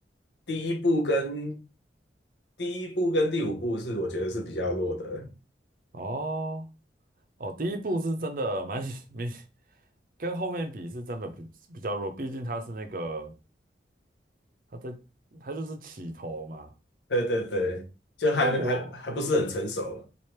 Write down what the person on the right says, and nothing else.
哦哦，第一部是真的蛮 <laughs> 明，跟后面比是真的比比较弱，毕竟他是那个他在他就是起头嘛。
但我